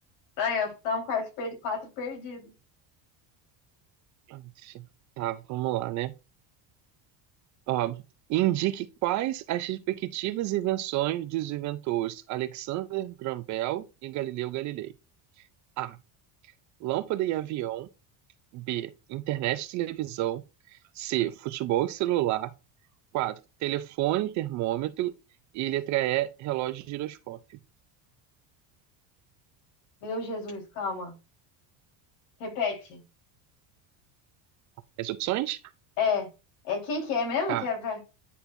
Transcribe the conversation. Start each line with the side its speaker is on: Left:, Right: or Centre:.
Left: tá aí, ó, tá um quarto per- quatro perdido.
Right: Aff. Tá, vamos lá, né? Ó, indique quais as respectivas invenções dos inventores Alexander Graham Bell e Galileu Galilei. A. Lâmpada e avião. B. Internet e televisão. C. Futebol e celular. Quatro, telefone, termômetro e letra E, relógio e giroscópio.
Left: Meu Jesus, calma. Repete.
Right: As opções?
Left: É, é quem que é mesmo
Right: Tá.
Left: que é pra...